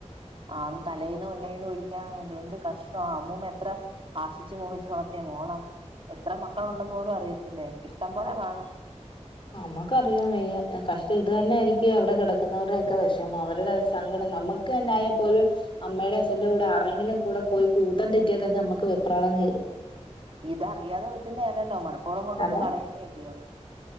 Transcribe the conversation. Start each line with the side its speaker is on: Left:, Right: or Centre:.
Right: ആന്ന് തലേന്ന് എങ്ങനേലും ഒഴിക്കാൻ വേണ്ടി എന്ത് കഷ് ട്ടാ ആ അമ്മൂമ്മ എത്ര ആശിച്ചു മോഹിച്ച് വളർത്തിയ മോളാ എത്ര മക്കളുണ്ടെന്ന് പോലും അറിയത്തില്ലേ ഇഷ്ടം
Left: <unintelligible>
Right: പോലെ കാണും
Left: നമ്മക്കറിയാൻ വയ്യ കഷ്ടം ഇത് തന്നെ ആയിരിക്കും അവിടെ കെടക്കുന്നവരുടെയൊക്കെ വെഷമോ അവരുടെ സങ്കടം നമ്മ ക്ക് തന്നായാപ്പോലും അമ്മേടേം അച്ഛന്റെ കൂടെ ആർടേങ്കിലും കൂടെ പോയി കൂട്ടം തെറ്റിയാൽ തന്നെ നമ്മക്ക് വെപ്രാളം കേറും
Right: ഇത് അറിയാതെ പറ്റുന്ന അല്ലല്ലോ മനപ്പൂർവം കൊണ്ട് വന്ന്
Left: അതാ
Right: കളയുന്ന അല്ലിയോ